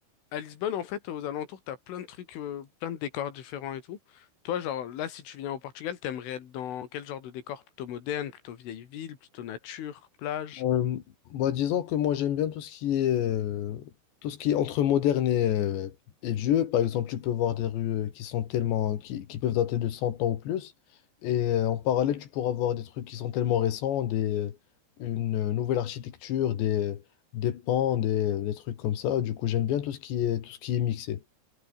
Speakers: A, on the left; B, on the left.
A: à Lisbonne, en fait, aux alentours, t'as plein de trucs, euh, plein de décors différents et tout. Toi, genre là, si tu viens au Portugal, t'aimerais être dans quel genre de décor? Plutôt moderne, plutôt vieille ville, plutôt nature, plage?
B: Euh, bah, disons que moi j'aime bien tout ce qui est euh, tout ce qui est entre moderne et, euh, et vieux. Par exemple, tu peux voir des rues euh, qui sont tellement qui, qui peuvent dater de 100 ans ou plus. Et euh, en parallèle, tu pourras voir des trucs qui sont tellement récents, des euh, une euh, nouvelle architecture, des euh, des pans, des, euh, des trucs comme ça. Du coup, j'aime bien tout ce qui est tout ce qui est mixé.